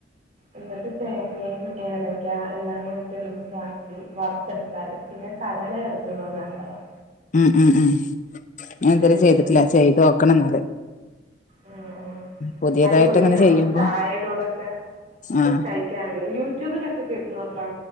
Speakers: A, on the right; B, on the left.
A: എന്നിട്ട് തേങ്ങയും ഏലക്ക എല്ലാം കൂട്ട് മിക്സ് ആക്കി വറ വറുത്തെടുത്താല് <unintelligible> പിന്നെ കടല ചേർക്കുന്നത് നല്ലതാ
B: ഉം ഉം ഞാൻ ഇതുവരെ
A: അടിപൊളിയാ
B: ചെയ്തിട്ടില്ല ചെയ്ത് നോക്കണം എന്നാല്
A: ഉം ഉം
B: പുതിയതായിട്ട്
A: അടിപൊളിയ
B: അങ്ങനെ
A: നമുക്ക്
B: ചെയ്യുമ്പോ
A: ചായയുടെ കൂടെക്കെ
B: ആ
A: കഴിക്കാൻ യൂട്യൂബിലൊക്കെ കിട്ടുവാല്ലോ